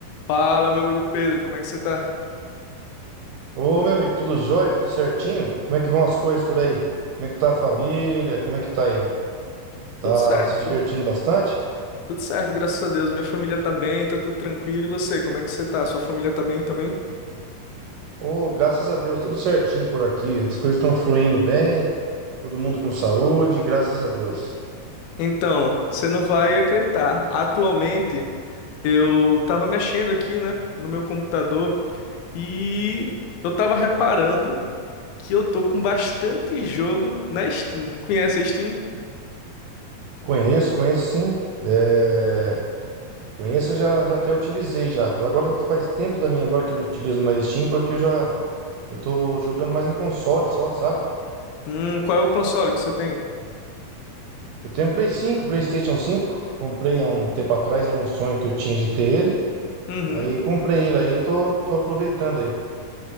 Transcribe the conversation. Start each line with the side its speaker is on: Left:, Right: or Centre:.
Left: Fala, meu amigo Pedro, como é que você tá?
Right: Ô, meu amigo, tudo jóia? Tudo certinho? Como é que vão as coisas por aí? Como é que tá a família? Como é que tá aí? Tá
Left: Tudo certo,
Right: se divertindo bastante?
Left: tudo certo, graças a Deus. Minha família tá bem, tá tudo tranquilo. E você, como é que você tá? Sua família tá bem também?
Right: Ô, graças a Deus, tudo certinho por aqui. As coisas estão fluindo bem, todo mundo com saúde, graças a Deus.
Left: Então, você não vai acreditar. Atualmente, eu tava mexendo aqui, né, no meu computador e eu tava reparando que eu tô com bastante jogo na Steam. Conhece a Steam?
Right: Conheço, conheço sim. É... Conheço, já, já até utilizei já. Agora faz tempo também agora que não utilizo mais Steam, porque eu já eu tô jogando mais em console só, sabe?
Left: Hum, qual é o console que você tem?
Right: Eu tenho um Play cinco PlayStation cinco Comprei há um tempo atrás, era um sonho que eu tinha de ter ele.
Left: Uhum.
Right: Aí comprei ele aí, tô, tô aproveitando aí.